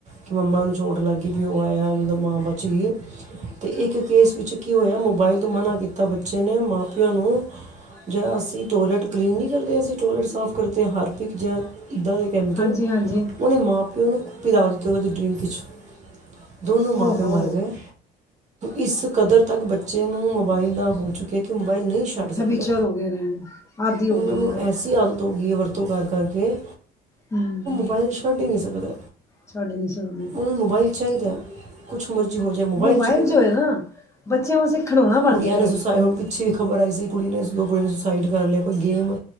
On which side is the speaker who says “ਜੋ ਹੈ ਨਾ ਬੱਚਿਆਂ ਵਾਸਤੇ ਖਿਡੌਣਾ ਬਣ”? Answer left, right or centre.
Left